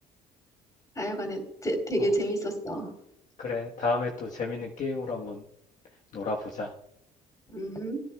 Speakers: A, on the left; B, on the left.
A: 하여간에 되, 되게
B: 어,
A: 재밌었어.
B: 그래. 다음에 또 재밌는 게임으로 한번 놀아보자.
A: 음.